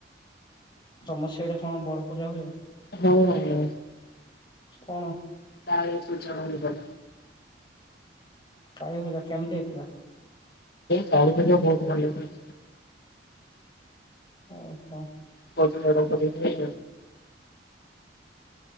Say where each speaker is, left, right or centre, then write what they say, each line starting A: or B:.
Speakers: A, on the left; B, on the left.
A: ତମର ସିଆଡେ କଣ ବଡ ପୂଜା ହୁଏ?
B: ହଁ ହଏ
A: କଣ
B: କାଳୀ ପୂଜା ହୁଏ ବା
A: କାଳୀ ପୂଜା କେମିତି ହେଇଥିଲା
B: କାଳୀ ପୂଜା ବହୁତ ଭଲ ହୁଏ
A: ଓହୋ
B: କୋଉଥିରୁ ଅର୍ଡର କରିିବି